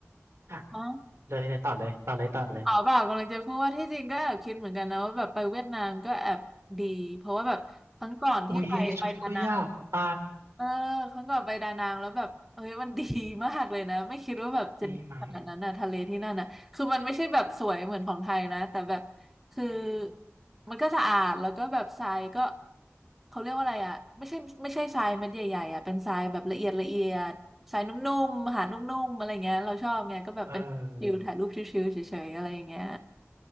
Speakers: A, on the right (about 70°); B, in the centre.
A: อ่ะ
B: อ๋อ
A: เลยเลยต่อเลยต่อเลยต่อเลย
B: อ๋อเปล่ากำลังจะพูดว่าที่จริงก็แอบคิดเหมือนกันนะว่าแบบไปเวียดนามก็แอบดีเพราะว่าแบบครั้งก่อนที่ไปไปนานา
A: อุ๊ยอันนี้ฉันก็อยากไป
B: เออครั้งก่อนไปดานังแล้วแบบเอ้ยมันดีมากเลยนะไม่คิดว่าแบบจะดีขนาดนั้นนะทะเลที่นั่นนะคือมันไม่ใช่แบบสวยเหมือนของไทยนะแต่แบบ
A: ดีไหม
B: คือ
A: อืม
B: มันก็สะอาดแล้วก็แบบทรายก็เขาเรียกว่าอะไรอ่ะไม่ใช่ไม่ใช่ทรายเม็ดใหญ่ๆอ่ะเป็นทรายแบบละเอียดละเอียดทรายนุ่มๆหาดนุ่มๆอะไรเงี้ยเราชอบไงก็แบบเป็นวิลถ่ายรูปชิลๆเฉยๆอะไรอย่างเงี้ย
A: เออ